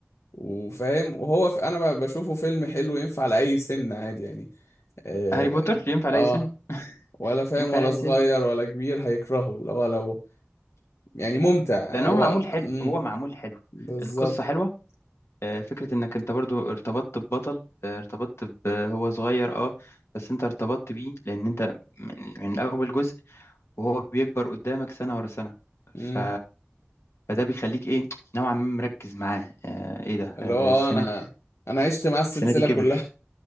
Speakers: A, on the left (about 80°); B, on the left (about 65°).
A: وفاهم وهو في انا ب- بشوفه فيلم حلو ينفع لأي سن عادي يعني اه,
B: هاري بوتر ينفع
A: آه
B: لأي سن
A: ولا فاهم
B: ينفع
A: ولا
B: لأي
A: صغير
B: سن
A: ولا كبير هيكرهه اللي هو لو يعني ممتع يعني
B: لان هو
A: هو
B: معمول حلو
A: امم
B: هو معمول حلو
A: بالظبط
B: القصة حلوة آه، فكرة انك انت برضو ارتبطت ببطل آه، ارتبطت ب- هو صغير اه بس انت ارتبطت بيه لان انت من من اول جزء وهو بيكبر قدامك سنة ورا سنة ف...
A: امم
B: فده بيخليك ايه نوعا ما مركز معاه آه ايه ده
A: اللي
B: آه
A: هو آه،
B: السنة
A: انا انا عشت مع السلسلة
B: السنة دي كبر
A: كلها